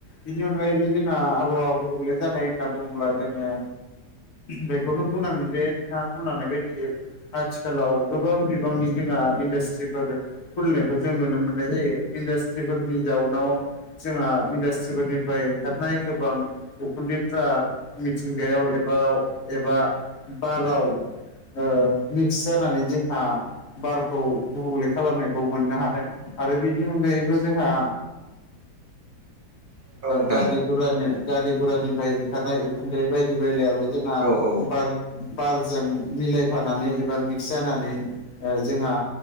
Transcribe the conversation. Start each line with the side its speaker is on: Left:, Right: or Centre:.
Left: बिनि अनगायैबो जोंहा आबहावाखौ गुबुंले जानाय होनना बुङोब्ला जोङो बेखौनो बुंनांगोन दे नोंथाङा बुंलांनाय बायदि आथिखालाव गोबां बिबांनि जोंना इन्डास्ट्रिफोर खुलिनायखौ जों नुनो मोननाय जायो इन्डास्ट्रिफोरनि जाउनाव जोंहा इन्डास्ट्रिफोरनिफ्राय ओंखारनाय गोबां उखुन्दैफ्रा मिथिंगायाव एबा एबा बाराव ओ मिक्स जानानै जोंहा बारखौ गुबुंले खालामनायखौ मोननो हादों आरो बेनि अनगायैबो जोंहा
Right: औ नोंथां
Left: दा बेफोरबादिनो गारि -गुरानिफ्राय ओंखारनाय उखुन्दै बायदि बायलाबो जोंना
Right: औ औ
Left: बार- बारजों मिलायफानानै एबा मिक्स जानानै जोंहा